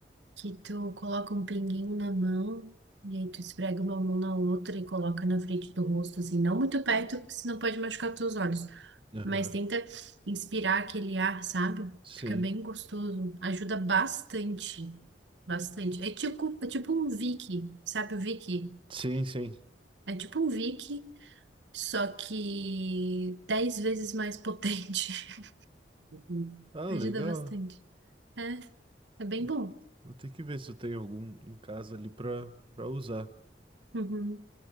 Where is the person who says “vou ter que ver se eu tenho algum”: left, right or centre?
Right